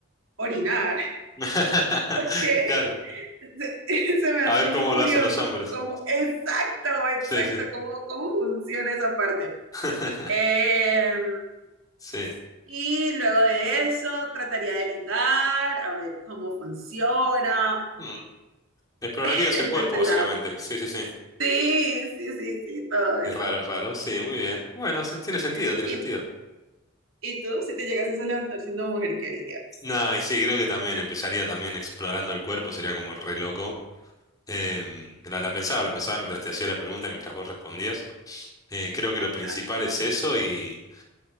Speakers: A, on the right; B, on the left.
A: orinar,
B: <laughs>
A: porque
B: Claro.
A: se, <laughs> se me hace
B: A ver
A: muy
B: cómo
A: curioso
B: lo hacen los hombres.
A: cómo, exacto, exacto,
B: Sí, sí.
A: cómo, cómo funciona esa parte.
B: <laughs>
A: Em,
B: Sí.
A: y luego de eso trataría de ligar, a ver cómo funciona,
B: Mm. Explorarías
A: <laughs>
B: el cuerpo,
A: desde el
B: básicamente.
A: lado, pues,
B: Sí, sí, sí.
A: sí, sí, sí, sí, todo
B: Es
A: eso.
B: raro, es raro. Sí, muy bien. Bueno, sí, tiene sentido,
A: <laughs>
B: tiene sentido.
A: ¿Y, y tú, si te llegases a levantar siendo mujer, qué harías?
B: No, y sí, creo que también empezaría también explorando el cuerpo, sería como re loco. Em, la, la pensaba, la pensaba mientras te hacía la pregunta, mientras vos respondías. Eh, creo que lo principal
A: Ah,
B: es eso y